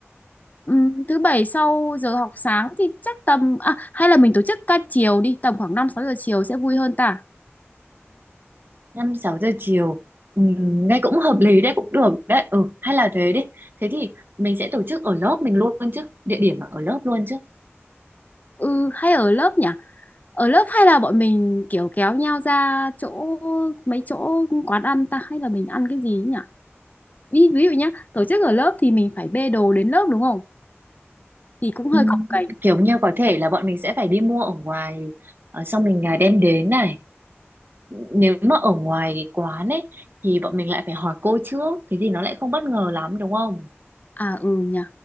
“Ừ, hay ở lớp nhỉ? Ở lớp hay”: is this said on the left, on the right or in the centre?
Left